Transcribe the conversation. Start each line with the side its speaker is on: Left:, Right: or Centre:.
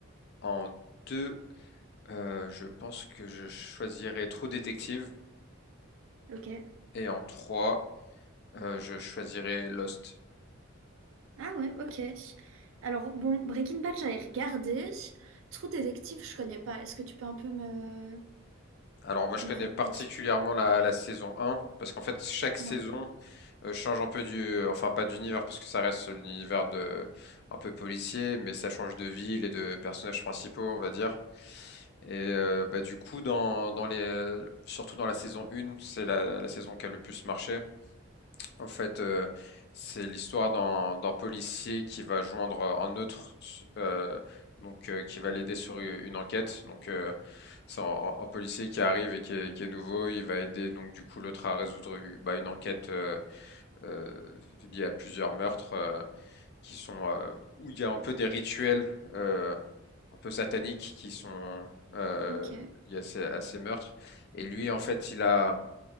Left: en 2 euh, je pense que je choisirais True Detective,
Right: Ok.
Left: et en 3 euh, je choisirais Lost.
Right: Ah ouais, ok. Alors, bon, Breaking Bad, j'avais regardé. True Detective, je connais pas. Est-ce que tu peux un peu me,
Left: Alors moi je
Right: me
Left: connais
Right: faire
Left: particulièrement
Right: le speak?
Left: la, la saison un parce qu'en fait chaque saison
Right: Ouais.
Left: euh, change un peu du, enfin pas d'univers parce que ça reste l'univers de un peu policier, mais ça change de ville et de personnages principaux, on va dire. Et euh, bah, du coup, dans, dans les, surtout dans la saison 1, c'est la, la saison qui a le plus marché. En fait, euh, c'est l'histoire d'un d'un policier qui va joindre un autre, euh, donc euh, qui va l'aider sur u- une enquête. Donc euh, c'est un, un policier qui arrive et qui est, qui est nouveau, il va aider donc du coup l'autre à résoudre euh, bah, une enquête euh, euh, il y a plusieurs meurtres euh, qui sont euh, où il y a un peu des rituels euh, un peu sataniques qui sont euh,
Right: Ok.
Left: liés à ces, à ces meurtres. Et lui, en fait, il a,